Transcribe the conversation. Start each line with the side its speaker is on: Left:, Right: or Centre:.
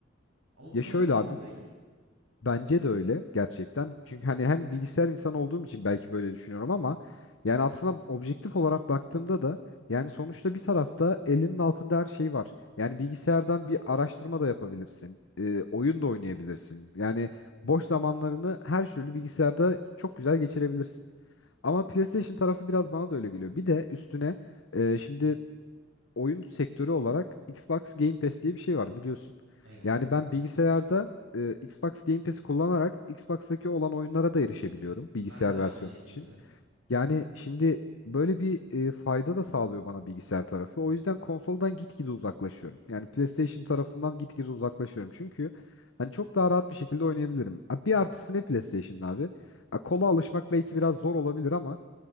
Right: Ama bu
Left: ya
Right: kadar
Left: şöyle
Right: hızlı
Left: abi
Right: değil.
Left: Bence de öyle gerçekten. Çünkü hani hem bilgisayar insanı olduğum için belki böyle düşünüyorum ama yani aslında objektif olarak baktığımda da yani sonuçta bir tarafta elinin altında her şey var. Yani bilgisayardan bir araştırma da yapabilirsin. e, oyun da oynayabilirsin. Yani boş zamanlarını her türlü bilgisayarda çok güzel geçirebilirsin. Ama PlayStation tarafı biraz bana da öyle geliyor. Bir de üstüne e, şimdi oyun sektörü olarak Xbox Game Pass diye bir şey var biliyorsun.
Right: Evet.
Left: Yani ben bilgisayarda e, Xbox Game Pass'i kullanarak Xbox'taki olan oyunlara da erişebiliyorum bilgisayar
Right: Ben de aynı
Left: versiyonu
Right: şekilde.
Left: için. Yani şimdi böyle bir e, fayda da sağlıyor bana bilgisayar tarafı. O yüzden konsoldan gitgide uzaklaşıyorum. Yani PlayStation tarafından gitgide uzaklaşıyorum. Çünkü hani çok daha rahat bir şekilde oynayabilirim. Ha, bir artısı ne PlayStation'ın abi? Ha, kola alışmak belki biraz zor olabilir ama